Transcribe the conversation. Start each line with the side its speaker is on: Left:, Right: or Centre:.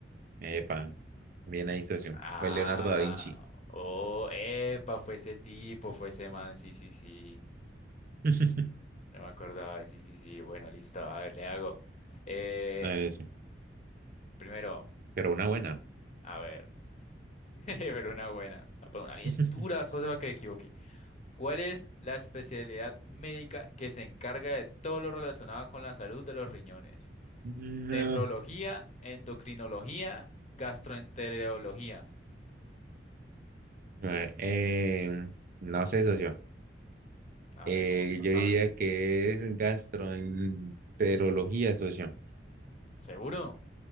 Right: Epa, bien ahí, socio.
Left: Ah,
Right: Fue Leonardo da Vinci.
Left: oh, epa, fue ese tipo, fue ese man, sí, sí, sí.
Right: <laughs>
Left: No me acordaba, sí, sí, sí, bueno, listo, a ver, le hago. Eh,
Right: A ver, eso.
Left: primero,
Right: Pero una buena.
Left: a ver, <laughs> pero una buena, no, pero una bien
Right: <laughs>
Left: dura, solo se va a que me equivoque. ¿Cuál es la especialidad médica que se encarga de todo lo relacionado con la salud de los riñones?
Right: No.
Left: Nefrología, endocrinología, gastroenterología.
Right: A ver, eh, no sé, socio.
Left: A
Right: Eh,
Left: ver, como que no
Right: yo
Left: saben.
Right: diría que es gastroenterología, socio.
Left: ¿Seguro?